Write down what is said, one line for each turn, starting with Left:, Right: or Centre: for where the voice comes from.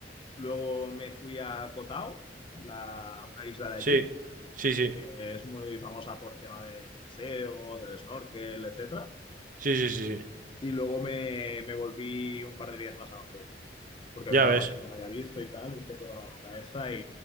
Left: Luego me fui a Koh Tao, la, una isla de
Right: Sí,
Left: allí,
Right: sí, sí.
Left: que es muy famosa por tema del buceo, del snorkel, etcétera.
Right: Sí, sí, sí, sí.
Left: Y luego me, me volví un par de días más a Bangkok, porque
Right: Ya
Left: había una
Right: ves.
Left: parte que no había visto y tal, hice toda la ruta esta y